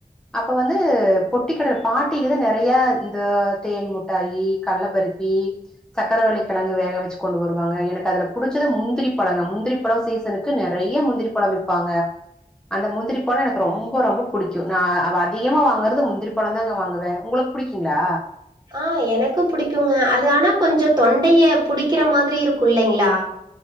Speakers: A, in the centre; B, on the right (about 25°).
A: அப்ப வந்து பொட்டி கடல பாட்டிலதா நெறைய இந்த தேன் முட்டாயி கள்ளபருப்பி சக்கரவள்ளி கெழங்கு வேக வச்சு கொண்டு வருவாங்க எனக்கு அதுல புடிச்சது முந்திரி பழங்க முந்திரி பழோ சீசனுக் கு நெறைய முந்திரி பழ விப்பாங்க அந்த முந்திரி பழ எனக்கு ரொம்ப ரொம்ப புடிக்கு நா வ அதிகமா வாங்குறது முந் திரி பழோ தாங்க வாங்குவ உங்களுக்கு புடிக்கீங்களா
B: ஆ எனக்கு புடிக்குங்க அது ஆனா கொஞ்ச தொண்டைய புடிக்கிற மாதிரி இருக்கு இல்லைங்களா